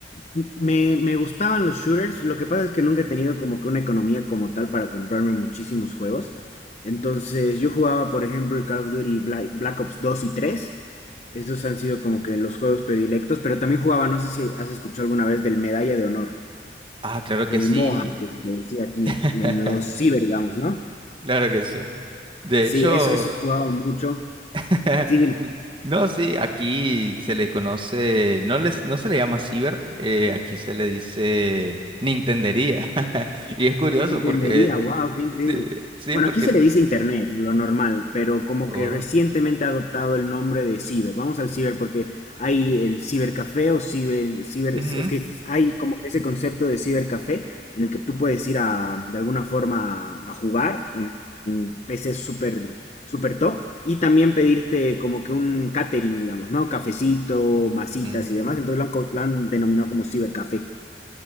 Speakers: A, on the left; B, on the right.
A: Me, me gustaban los shooters, lo que pasa es que nunca he tenido como que una economía como tal para comprarme muchísimos juegos. Entonces yo jugaba, por ejemplo, el Call of Duty Bla- Black, Ops 2 y tres, Esos han sido como que los juegos predilectos, pero también jugaba, no sé si has escuchado alguna vez del Medalla de Honor,
B: Ah, claro que
A: el
B: sí,
A: MOHA, que se le decía aquí,
B: <laughs>
A: en los ciber, digamos, ¿no?
B: claro que sí. De
A: Sí,
B: hecho,
A: eso, eso jugaba mucho.
B: <laughs>
A: Sí,
B: No, sí, aquí se le conoce, no les, no se le llama ciber, eh, aquí se le dice Nintendería. <laughs> Y es curioso
A: Entendería,
B: porque,
A: wow, qué increíble.
B: sí, sí,
A: Bueno,
B: porque,
A: aquí se le dice internet, lo normal, pero como
B: oh,
A: que recientemente ha adoptado el nombre de ciber. Vamos al ciber porque hay el cibercafé o ciber, ciber,
B: ujú,
A: es que hay como que ese concepto de cibercafé en el que tú puedes ir a, de alguna forma, a jugar en, en PCs súper, súper top y también pedirte como que un catering, digamos, ¿no? Cafecito, masitas
B: ujú.
A: y demás. Entonces lo han, co- lo han denominado como cibercafé. <laughs>